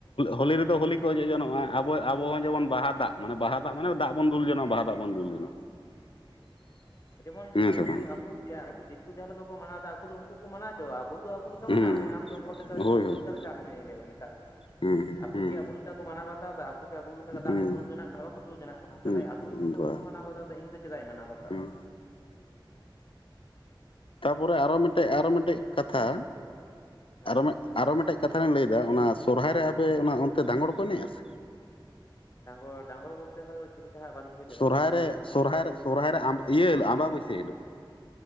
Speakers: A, on the left; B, on the left.
A: ᱦᱳᱞᱤ ᱨᱮᱫᱚ ᱦᱳᱞᱤ ᱠᱚ ᱚᱡᱚᱜ ᱡᱚᱱᱚᱜᱼᱟ ᱟᱵᱚ ᱟᱵᱚᱦᱚᱸ ᱡᱮᱢᱚᱱ ᱵᱟᱦ ᱫᱟᱜ ᱢᱟᱱ ᱵᱟᱦᱟ ᱫᱟᱜ ᱢᱟᱱᱮ ᱫᱟᱜ ᱵᱚᱱ ᱫᱩᱞ ᱡᱚᱱᱚᱜᱼᱟ ᱵᱟᱦᱟ ᱫᱟᱜ ᱵᱚᱱ ᱫᱩᱞ ᱡᱚᱱᱚᱜᱼᱟ <inaudible>
B: ᱡᱮᱢᱚᱱ
A: ᱦᱮᱸ
B: ᱟᱠᱚ
A: ᱥᱮ ᱵᱟᱝ
B: ᱟᱠᱚ ᱛᱮᱭᱟᱜ ᱫᱤᱠᱩ ᱡᱟᱦᱟ ᱞᱮᱠᱟ ᱠᱚ ᱢᱟᱱᱟᱣ ᱮᱫᱟ ᱩᱱᱫᱚ ᱩᱱᱠᱩ ᱠᱚ ᱢᱟᱱᱟᱣᱪᱚᱣᱟ ᱟᱵᱚ ᱫᱚ ᱟᱵᱚ ᱞᱮᱠᱟ
A: ᱦᱩᱸ
B: ᱢᱟᱱᱟᱣ ᱢᱮ ᱟᱢ ᱫᱚ ᱦᱚᱲ ᱞᱮᱠᱟ ᱫᱚ
A: ᱦᱳᱭ
B: ᱪᱮᱫ ᱩᱱᱠᱩ
A: ᱦᱳᱭ
B: ᱞᱮᱠᱟ ᱞᱮᱠᱟᱫᱚ ᱪᱟᱜ ᱮᱢ ᱢᱮᱛᱟᱜ ᱠᱟᱱᱟ
A: ᱦᱩᱸ ᱦᱩᱸ
B: ᱟᱠᱚᱠᱮ ᱟᱵᱚ ᱞᱮᱠᱟ ᱠᱚ ᱢᱟᱱᱟᱣ ᱵᱟᱛᱟᱣ ᱮᱫᱟ ᱟᱠᱩᱜᱮ ᱟᱵᱚ ᱞᱮᱠᱟ
A: ᱦᱩᱸ
B: ᱫᱟᱜ ᱠᱚ ᱫᱩᱞ ᱡᱚᱱᱟᱜ ᱠᱟᱱᱟ ᱵᱟᱠᱚ ᱫᱩᱞ ᱡᱚᱱᱟᱜ ᱠᱟᱱᱟ ᱛᱟᱦᱚᱞᱮ
A: ᱦᱩᱸ
B: ᱟᱠᱚ ᱤᱭᱟ. ᱛᱮ
A: ᱵᱟ
B: ᱵᱟᱠᱚ ᱢᱟᱱᱟᱣ ᱵᱟᱛᱟᱣᱫᱟ ᱤᱧ ᱫᱚ ᱪᱮᱫᱟᱜᱤᱧ ᱢᱟᱱᱟᱣ ᱵᱟᱛᱟᱣᱟ
A: ᱦᱩᱸ ᱛᱟᱨᱯᱚᱨᱮ ᱟᱨᱚ ᱢᱤᱫᱴᱮᱡ ᱟᱨᱚ ᱢᱤᱫᱴᱮᱡ ᱠᱟᱛᱷᱟ
B: ᱦᱮᱸ
A: ᱟᱨᱚ
B: ᱦᱮᱸ
A: ᱟᱨᱚ ᱢᱤᱫᱴᱮᱱ ᱠᱟᱛᱷᱟ ᱞᱤᱧ ᱞᱟᱹᱭᱫᱟ ᱚᱱᱟ ᱥᱚᱨᱦᱟᱭ ᱨᱮ ᱟᱯᱮ ᱚᱱᱟ ᱚᱱᱛᱮ ᱫᱟᱸᱜᱲ ᱠᱚ ᱮᱱᱮᱡᱼᱟ ᱥᱮ
B: ᱰᱟᱝᱜᱚᱨ ᱰᱟᱝᱜᱚᱨ ᱵᱚᱞᱛᱮᱫᱚ ᱪᱤᱞᱮᱠᱟ ᱦᱟᱜ ᱵᱟᱹᱞᱤᱧ ᱵᱩᱡᱽ ᱫᱟᱲᱮᱭᱟᱫᱟ
A: ᱥᱚᱨᱦᱟᱭᱨᱮ ᱥᱚᱨᱦᱟᱭᱨᱮ ᱥᱚᱨᱦᱟᱭᱨᱮ ᱤᱭᱟᱹ ᱟᱢᱵᱟ ᱵᱟᱹᱥᱭᱟᱹ ᱦᱤᱞᱳᱜ